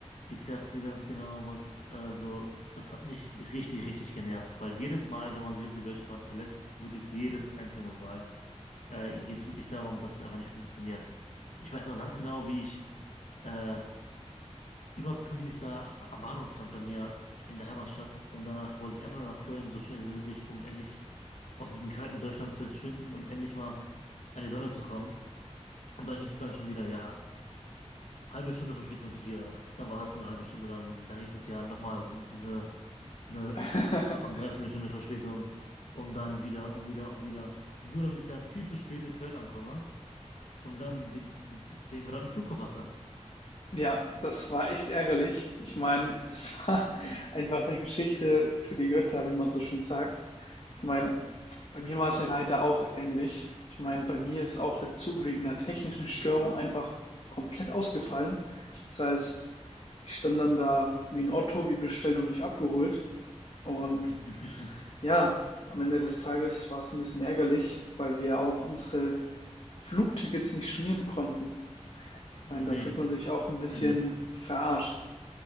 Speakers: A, on the left; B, on the left.
A: ich sag's dir ganz genau, Max. Also, das hat mich richtig, richtig genervt, weil jedes Mal, wenn man sich auf die Deutsche Bahn verlässt, wirklich jedes einzelne Mal, äh, geht's wirklich darum, dass es einfach nicht funktioniert. Ich weiß noch ganz genau, wie ich äh, überpünktlich da am Bahnhof stand bei mir in der Heimatstadt und danach wollte ich einfach nur nach Köln so schnell wie möglich, um endlich aus diesem kalten Deutschland zu entschwinden und endlich mal an die Sonne zu kommen. Und dann hieß es dann schon wieder, ja, halbe Stunde Verspätung hier. Dann war es eine halbe Stunde, dann, dann hieß es ja nochmal so eine, eine
B: <laughs>
A: äh, am Dreiviertelstunde Verspätung und dann wieder und wieder und wieder. Nur damit ich dann viel zu spät in Köln ankomme und dann den, den verdammten Flug verpasse.
B: Ja, das war echt ärgerlich. Ich meine, das war <laughs> einfach eine Geschichte für die Götter, wie man so schön sagt.
A: Ja.
B: Ich meine, Bei mir war es ja leider auch ähnlich. Ich meine, bei mir ist auch der Zug wegen einer technischen Störung einfach komplett ausgefallen. Das heißt, ich stand dann da wie ein Otto, wie bestellt und nicht abgeholt. Und
A: <laughs>
B: ja, am Ende des Tages war es ein bisschen ärgerlich, weil wir auch unsere Flugtickets nicht stornieren konnten. Ich
A: Nee,
B: meine, da fühlt man sich auch ein bisschen
A: nicht.
B: verarscht.